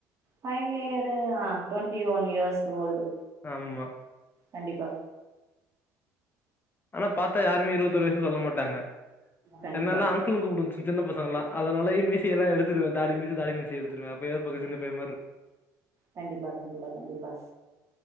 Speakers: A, on the right; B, on the left.
A: ஃபைனல் இயர்ரு ஆ டொவன்ட்டி ஒன் இயர்ஸ் ஓல்டு
B: ஆமா
A: கண்டிப்பா
B: ஆனா பாத்தா யாருமே இருவத்தி ஓரு வயசுன்னு சொல்ல மாட்டாங்க
A: கண்டிப்பா
B: என்னல்ல அங் அங்கிள்னு கூப்பிடுவாங்க சின்ன பசங்கல்லா அதனாலய மீச எல்லா எடுத்துருவே தாடி மீச தாடி மீசய எடுத்துருவே அப்டியே பக்கத்து வீட்டு பைய மாரி இருப்பே
A: கண்டிப்பா கண்டிப்பா கண்டிப்பா